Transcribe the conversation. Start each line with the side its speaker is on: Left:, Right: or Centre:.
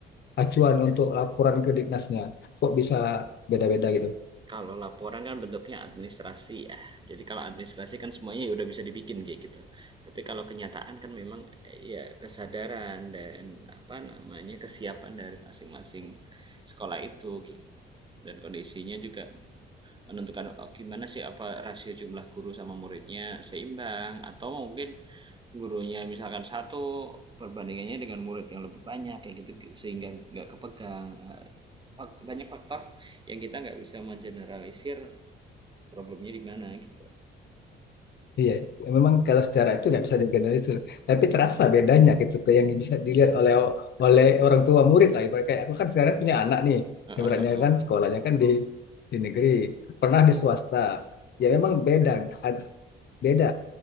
Left: acuan untuk laporan ke Ditnasnya. Kok bisa beda-beda gitu?
Right: Kalau laporan kan bentuknya administrasi ya. Jadi kalau administrasi kan semuanya ya udah bisa dibikin kayak gitu. Tapi kalau kenyataan kan memang eh, ya kesadaran dan apa namanya kesiapan dari masing-masing sekolah itu gitu. Dan kondisinya juga menentukan oh, gimana sih apa rasio jumlah guru sama muridnya seimbang atau mungkin gurunya misalkan satu perbandingannya dengan murid yang lebih banyak kayak gitu sehingga nggak kepegang Eh, banyak faktor yang kita nggak bisa mengeneralisir problemnya di mana gitu
Left: Iya, memang kalau secara itu nggak bisa digeneralisir. Tapi terasa bedanya gitu, ke yang bisa dilihat oleh oleh orang tua murid lah. Ibarat kayak aku kan sekarang punya anak nih,
Right: Heeh,
Left: ibaratnya
Right: heeh.
Left: kan sekolahnya kan di di negeri, pernah di swasta. Ya memang beda, ad- beda.